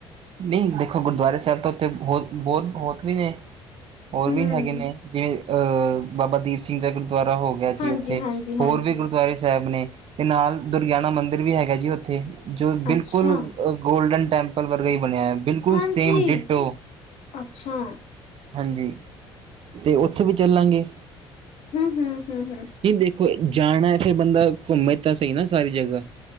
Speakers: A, on the right; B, on the left.
A: ਨਹੀਂ ਦੇਖੋ ਗੁਰਦੁਆਰੇ ਸਾਹਿਬ ਤਾਂ ਉੱਥੇ ਬਹੁ ਬਹੁਤ-ਬਹੁਤ ਵੀ ਨੇ, ਹੋਰ
B: ਹਮ
A: ਵੀ ਹੈਗੇ ਨੇ। ਜਿਵੇਂ ਅਹ ਬਾਬਾ ਦੀਪ ਸਿੰਘ ਦਾ ਗੁਰਦੁਆਰਾ ਹੋ ਗਿਆ
B: ਹਾਂਜੀ
A: ਜੀ ਉੱਥੇ
B: ਹਾਂਜੀ ਹਾਂਜੀ
A: ਹੋਰ ਵੀ ਗੁਰਦੁਆਰੇ ਸਾਹਿਬ ਨੇ, ਤੇ ਨਾਲ ਦੁਰਗਿਆਨਾ ਮੰਦਿਰ ਵੀ ਹੈਗਾ ਜੀ ਉੱਥੇ। ਜੋ ਬਿਲਕੁਲ
B: ਅੱਛਾ
A: ਗੋਲਡਨ ਟੈਂਪਲ ਵਰਗਾ ਹੀ ਬਣਿਆ ਐ। ਬਿਲਕੁਲ
B: ਹਾਂਜੀ
A: ਸੇਮ ਡਿਟੋ।
B: ਅੱਛਾ
A: ਹਾਂਜੀ, ਤੇ ਉੱਥੇ ਵੀ ਚੱਲਾਂਗੇ।
B: ਹੂੰ-ਹੂੰ-ਹੂੰ,
A: ਨਹੀਂ ਦੇਖੋ ਜਾਣਾ, ਫਿਰ ਬੰਦਾ ਘੁੰਮੇ ਤਾਂ ਸਹੀ ਨਾ ਸਾਰੀ ਜਗ੍ਹਾ‌।